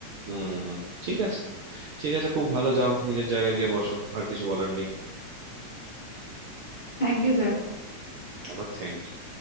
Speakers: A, on the right; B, on the left.
A: হুম হুম ঠিক আছে ঠিক আছে খুব ভালো যাও নিজের জায়গায় গিয়ে বসো আর কিছু বলার নেই
B: Thank you sir
A: আবার থ্যাংক ইউ